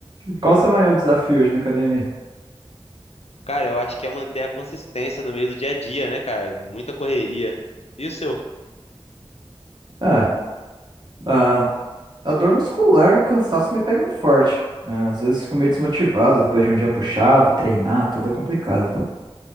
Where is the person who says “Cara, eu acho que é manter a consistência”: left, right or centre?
Left